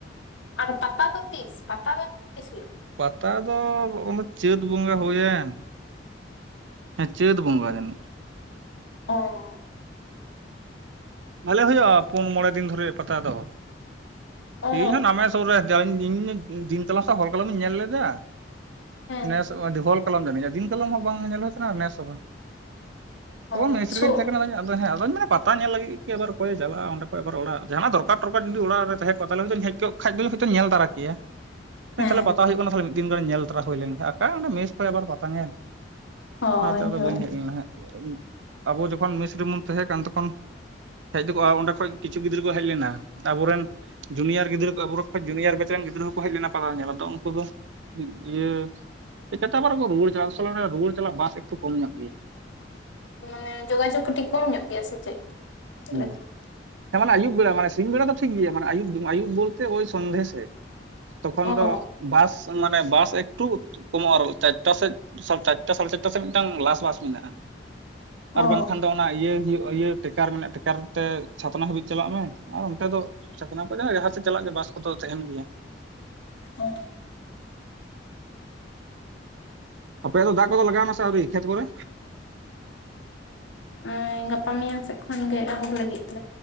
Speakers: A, on the left; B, on the right.
A: ᱟᱨ ᱯᱟᱛᱟ ᱫᱚ ᱛᱤᱥ ᱯᱟᱛᱟ ᱫᱚ ᱛᱤᱥ ᱦᱩᱭᱩᱜ-ᱟ
B: ᱯᱟᱛᱟ ᱫᱚ ᱚᱱᱟ ᱪᱟᱹᱛ ᱵᱚᱸᱜᱟ ᱦᱩᱭᱮᱱ ᱦᱮᱸ ᱪᱟᱹᱛ ᱵᱚᱸᱜᱟ ᱡᱟᱹᱱᱤᱡ
A: ᱚ
B: ᱵᱷᱟᱞᱮ ᱦᱩᱭᱩᱜᱼᱟ ᱯᱩᱱ ᱢᱚᱬᱮ ᱫᱤᱱ ᱫᱷᱚᱨᱮ ᱯᱟᱛᱟ ᱫᱚ
A: ᱚ
B: ᱤᱧ ᱦᱚᱸ ᱱᱟᱢᱮ ᱥᱩᱨ ᱨᱮ ᱤᱧ ᱫᱤᱱᱠᱟᱞᱚᱢ ᱠᱷᱚᱡ ᱦᱚᱞ ᱠᱟᱞᱚᱢ ᱤᱧ ᱧᱮᱞ ᱞᱮᱫᱟ
A: ᱦᱮᱸ
B: ᱱᱮᱸᱥ ᱚᱢ ᱡᱼᱟ ᱫᱤᱱ ᱠᱟᱞᱚᱢ ᱦᱚᱸ ᱵᱟᱝ ᱧᱮᱞ ᱦᱩᱭ ᱟᱠᱟᱱᱟ ᱱᱮᱥ ᱦᱚᱸ ᱵᱟᱝ ᱛᱚ
A: ᱚ
B: ᱢᱮᱥᱨᱮᱜᱤᱧ
A: ᱥᱳ
B: ᱛᱟᱦᱮᱸ ᱠᱟᱱᱟ ᱟᱫᱚ ᱦᱮᱸ ᱟᱫᱚᱧ ᱢᱮᱱᱟ ᱯᱟᱛᱟ ᱧᱮᱞ ᱞᱟᱹᱜᱤᱜ ᱠᱮ ᱟᱵᱟᱨ ᱭᱮ ᱪᱟᱞᱟᱜ ᱚᱸᱰᱮ ᱠᱷᱚᱡ ᱟᱵᱟᱨ ᱚᱲᱟᱜ ᱡᱟᱦᱟᱱᱟᱜ ᱫᱚᱨᱠᱟᱨ ᱴᱚᱨᱠᱟᱨ ᱡᱫᱤ ᱚᱲᱟᱜ ᱨᱮ ᱛᱟᱦᱮᱸ ᱠᱚᱜ ᱛᱟᱞᱮ ᱦᱳᱭᱛᱚᱧ ᱦᱮᱡ ᱠᱚᱜ ᱠᱷᱟᱡ ᱫᱚᱧ ᱦᱳᱭᱛᱚᱧ ᱧᱮᱞ ᱛᱟᱨᱟ ᱠᱮᱭᱟ ᱢᱮᱱᱛᱟᱞᱮ
A: ᱦᱮᱸ
B: ᱯᱟᱛᱟ ᱦᱩᱭᱩᱜ ᱠᱟᱱᱟ ᱛᱟᱞᱮ ᱢᱤᱫ ᱫᱤᱱ ᱜᱟᱱ ᱧᱮᱞ ᱛᱟᱨᱟ ᱦᱩᱭ ᱞᱮᱱ ᱠᱷᱟᱡ ᱟᱠᱟ ᱨᱮ ᱚᱸᱰᱮ ᱢᱮᱥ ᱠᱚᱨᱮ ᱯᱟᱛᱟ ᱧᱮᱞ᱾
A: ᱦᱳᱭ
B: ᱚᱱᱟᱛᱮ ᱟᱫᱚ
A: ᱦᱳᱭ
B: ᱵᱟᱹᱧ ᱦᱮᱡ ᱞᱮᱱᱟ ᱦᱜ ᱟᱵᱚ ᱡᱚᱠᱷᱚᱱ ᱢᱮᱥ ᱨᱮᱵᱚᱱ ᱛᱟᱦᱮᱸ ᱠᱟᱱ ᱛᱚᱠᱷᱚᱱ ᱦᱮᱡ ᱫᱚᱠᱜᱼᱟ ᱚᱸᱰᱮ ᱠᱷᱚᱱᱚᱡ ᱠᱤᱪᱷᱩ ᱜᱤᱫᱽᱨᱟᱹ ᱠᱚ ᱦᱮᱡ ᱞᱮᱱᱟ ᱟᱵᱚᱨᱮᱱ ᱡᱩᱱᱤᱭᱟᱨ ᱜᱤᱫᱽᱨᱟᱹ ᱟᱵᱚ ᱠᱷᱚᱱ ᱡᱩᱱᱤᱭᱟᱨ ᱵᱮᱪ ᱨᱮᱱ ᱜᱤᱫᱽᱨᱟᱹ ᱠᱚ ᱦᱮᱡ ᱞᱮᱱᱟ ᱯᱟᱛᱟ ᱧᱮᱞ ᱟᱫᱚ ᱩᱱᱠᱩ ᱫᱚ ᱤᱭᱟᱹ ᱦᱮᱡ ᱠᱟᱛᱮ ᱟᱵᱟᱨ ᱠᱚ ᱨᱩᱣᱟᱹᱲ ᱪᱟᱞᱟᱜᱼᱟ ᱥᱟᱞᱟ ᱚᱱᱟ ᱨᱩᱣᱟᱹᱲ ᱪᱟᱞᱟᱜ ᱵᱟᱥ ᱮᱠᱴᱩ ᱠᱚᱢ ᱧᱚᱜ ᱜᱮᱭᱟ
A: ᱢᱟᱱᱮ ᱡᱳᱜᱟᱡᱳᱜᱽ ᱠᱟᱹᱴᱤᱡ ᱠᱚᱢ ᱧᱚᱜ ᱜᱮᱭᱟ ᱥᱮ ᱪᱮᱫ ᱪᱮᱫ
B: ᱦᱩᱸ
A: ᱞᱮᱠᱟ?
B: ᱦᱮᱸ ᱢᱟᱱᱮ ᱟᱹᱭᱩᱵ ᱵᱮᱨ ᱢᱟᱱᱮ ᱥᱤᱧ ᱵᱮᱲᱟ ᱫᱚ ᱴᱷᱤᱠ ᱜᱮᱭᱟ ᱢᱟᱱᱮ ᱟᱭᱩᱵ ᱟᱹᱭᱩᱵ ᱵᱚᱞᱛᱮ ᱳᱭ ᱥᱚᱱᱫᱷᱮ ᱥᱮᱫ ᱛᱚᱠᱷᱚᱱ
A: ᱚ
B: ᱫᱚ ᱵᱟᱥ ᱢᱟᱱᱮ ᱵᱟᱥ ᱮᱠᱴᱩ ᱠᱚᱢᱚᱜᱼᱟ ᱟᱨ ᱪᱟᱨᱴᱟ ᱥᱮᱫ ᱪᱟᱨᱴᱟ ᱥᱟᱲᱮ ᱪᱟ ᱴᱟ ᱥᱮᱫ ᱢᱤᱫᱴᱟᱝ ᱞᱟᱥ ᱵᱟᱥ ᱢᱮᱱᱟᱜᱼᱟ ᱟᱨ
A: ᱚ
B: ᱵᱟᱝᱠᱷᱟᱱ ᱫᱚ ᱚᱱᱟ ᱤᱭᱟᱹ ᱦᱩᱭᱩᱜ ᱤᱭᱟᱹ ᱴᱮᱠᱟᱨ ᱢᱮᱱᱟᱜᱼᱟ ᱴᱮᱠᱟᱨ ᱛᱮ ᱪᱷᱟᱛᱱᱟ ᱦᱟᱹᱵᱤᱡ ᱪᱟᱞᱟᱜ ᱢᱮ ᱟᱨ ᱚᱱᱛᱮ ᱫᱚ ᱪᱷᱟᱛᱱᱟ ᱠᱷᱚᱡᱟᱜ ᱡᱟᱦᱟ ᱥᱮᱫ ᱪᱟᱞᱟᱜ ᱜᱮ ᱵᱟᱥ ᱠᱚᱫᱚ ᱛᱟᱦᱮᱱ ᱜᱮᱭᱟ
A: ᱦᱮ
B: ᱟᱯᱮᱭᱟᱜ ᱫᱚ ᱫᱟᱜ ᱠᱚ ᱞᱟᱜᱟᱣ ᱱᱟ ᱥᱮ ᱟᱹᱣᱨᱤ ᱠᱷᱮᱛ ᱠᱚᱨᱮ
A: ᱦᱮᱸ ᱜᱟᱯᱟ ᱢᱮᱭᱟᱝ ᱥᱮᱫ ᱠᱷᱚᱱ ᱜᱮ ᱮᱦᱚᱵ ᱞᱟᱹᱜᱤᱫ ᱞᱮ